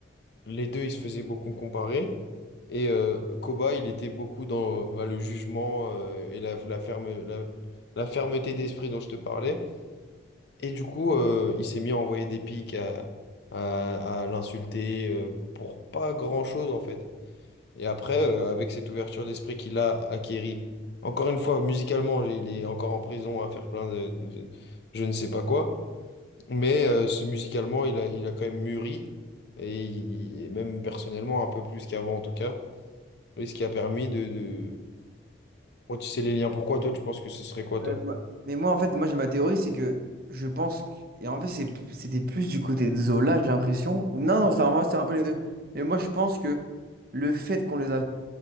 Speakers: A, on the left; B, on the right.
A: les deux, ils se faisaient beaucoup comparer. Et euh, Koba, il était beaucoup dans bah, le jugement euh, et la, la ferme, la, la fermeté d'esprit dont je te parlais. Et du coup, euh, il s'est mis à envoyer des pics, à, à, à l'insulter euh, pour pas grand-chose, en fait. Et après, euh, avec cette ouverture d'esprit qu'il a acquérie, encore une fois, musicalement, il est encore en prison à faire plein de, de- je ne sais pas quoi. Mais euh, c'est- musicalement, il a, il a quand même mûri, et, il- et même personnellement, un peu plus qu'avant en tout cas. Et ce qui a permis de, de retisser les liens. Pourquoi toi, tu penses que ce serait quoi,
B: Ouais,
A: toi?
B: moi- mais moi, en fait, moi, j'ai ma théorie, c'est que je pense. que- Et en fait, c'est- c'était plus du côté de Zola, j'ai l'impression. Ou non, non, c'est un, c'est un peu les deux. Mais moi, je pense que le fait qu'on les a.